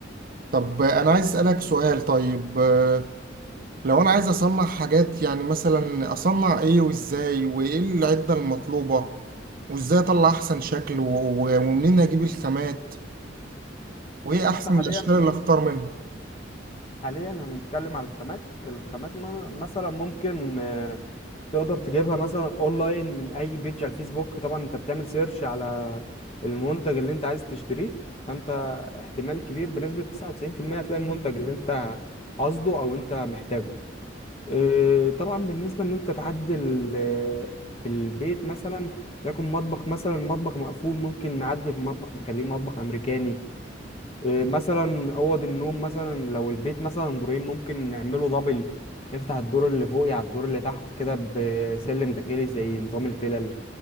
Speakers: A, on the right (about 50°); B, on the left (about 35°).
A: طب أنا عايز أسألك سؤال طيب آه، لو أنا عايز أصنع حاجات يعني مثلا أصنع إيه وإزاي وإيه العدة المطلوبة وإزاي أطلع أحسن شكل و- و- ومنين أجيب الخامات وإيه
B: بص
A: أحسن
B: حاليا
A: الأشكال اللي أختار منها
B: حاليا هنتكلم على الخامات الخامات م- مثلا ممكن آه، تقدر تجيبها مثلا اونلاين من اي بيج على الفيسبوك طبعا انت بتعمل سيرش على المنتج اللي انت عايز تشتريه فانت احتمال كبير بنسبة 99% هتلاقي المنتج اللي انت قصده او انت محتاجه آه، طبعا بالنسبه ان انت تعدل آه، في البيت مثلا لكن مطبخ مثلا مطبخ مقفول ممكن نعدل في المطبخ نخليه مطبخ امريكاني آه، مثلا اوض النوم مثلا لو البيت مثلا دورين ممكن نعمله دبل نفتح الدور اللي فوقي على الدور اللي تحت كده بسلم داخلي زي نظام الفلل